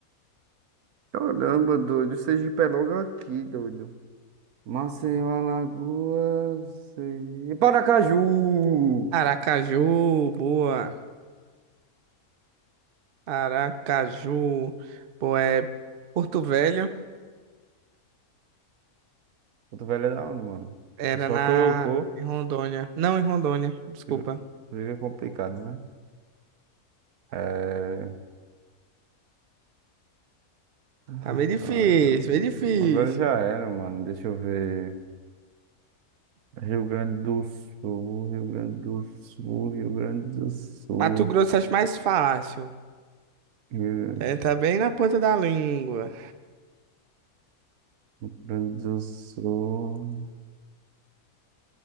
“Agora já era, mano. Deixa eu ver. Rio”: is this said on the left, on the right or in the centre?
Right